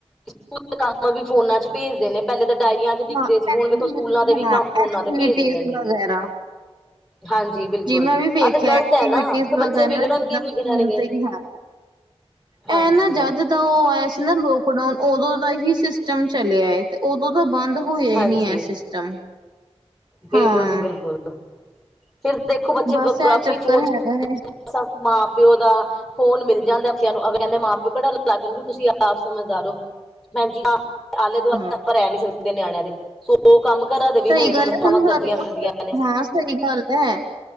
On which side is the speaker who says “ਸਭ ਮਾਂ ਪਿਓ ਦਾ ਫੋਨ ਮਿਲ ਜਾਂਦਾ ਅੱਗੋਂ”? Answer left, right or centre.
Centre